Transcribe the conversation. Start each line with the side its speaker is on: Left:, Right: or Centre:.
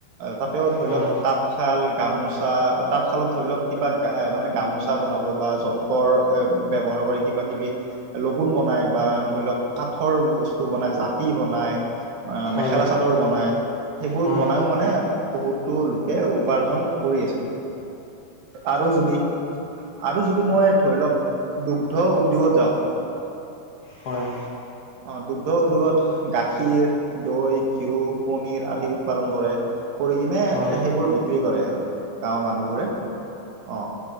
Right: তাতেও ধৰি
Left: হয়
Right: লওক তাত তাঁতশাল গামোচা তাঁতশালত ধৰি লওক কিবা গা মানে গামোচা বনাব বা যঁ তৰ ব্যৱহাৰ কৰি কিবা কিবি লগুণ বনাই বা ধৰি লওক কাঠৰ বস্তু বনাই জাপি বনাই আ
Left: হয়
Right: মেখেলা চাদৰ বনায় সেইবোৰ
Left: হয়
Right: বনায়ো মানে বহুতো লোকে উপাৰ্জন কৰি আছে আৰু যদি আৰু যদি মই ধৰি লওক দুগ্ধ উদ্যোগত যাওঁ
Left: হয়
Right: অ দুগ্ধ উদ্যোগত গাখীৰ দৈ ঘিউ পনীৰ আদি উৎপাদন কৰে কৰি কিনে
Left: হয় হয়
Right: সেইবোৰ বিক্ৰী কৰে আৰু গাঁৱৰ মানুহবোৰে অ